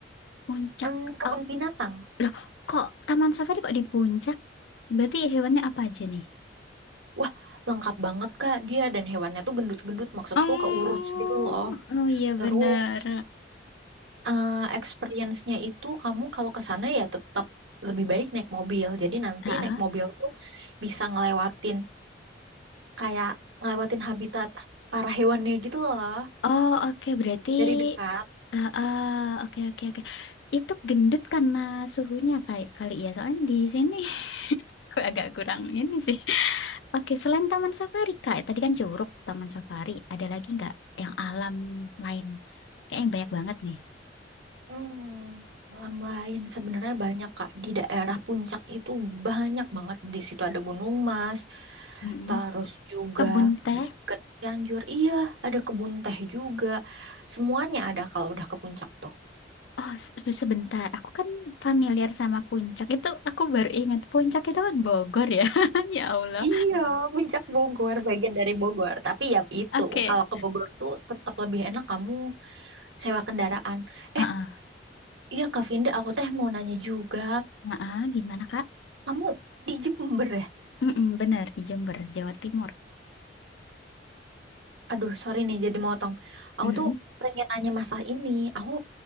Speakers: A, on the left (about 75°); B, on the right (about 85°).
A: Puncak.
B: Hmm, kebun
A: Oh,
B: binatang.
A: loh, kok Taman Safari kok di puncak? Berarti hewannya apa aja nih?
B: Wah, lengkap banget, Kak. Dia dan hewannya tuh gendut-gendut. Maksudku
A: Oh,
B: keurus gitu loh.
A: oh iya
B: Terus,
A: benar.
B: eh, experience-nya itu kamu kalau ke sana ya tetap lebih baik naik mobil. Jadi nanti
A: Ah,
B: naik mobil tuh bisa ngelewatin kayak ngelewatin habitat para hewannya gitu loh.
A: Oh oke, berarti...
B: Dari dekat.
A: ah ah, oke oke oke. Itu gendut karena suhunya kayak kali ya. Soalnya di sini <laughs> agak kurang ini sih. Oke, selain Taman Safari, Kak, tadi kan Curug, Taman Safari, ada lagi nggak yang alam lain? Kayaknya banyak banget nih.
B: Hmm, alam lain sebenarnya banyak Kak. Di daerah puncak itu banyak banget. Di situ ada Gunung Mas,
A: Mm-mm.
B: terus juga
A: Kebun teh.
B: ke Cianjur. Iya, ada kebun teh juga. Semuanya ada kalau udah ke puncak tuh.
A: Oh, se- sebentar. Aku kan familiar sama Puncak. Itu aku baru ingat. Puncak itu kan Bogor ya. <laughs> Ya Allah.
B: Iya, puncak Bogor, bagian dari Bogor. Tapi ya itu,
A: Oke.
B: kalau ke Bogor tuh tetap lebih enak kamu sewa kendaraan.
A: Heeh.
B: Eh, iya Kak Vinda, aku teh mau nanya juga.
A: Heeh, gimana, Kak?
B: Kamu di Jember ya?
A: Mm-mm, benar, di Jember, Jawa Timur.
B: Aduh, sorry nih jadi motong. Aku
A: Mm-mm.
B: tuh pengen nanya masalah ini. Aku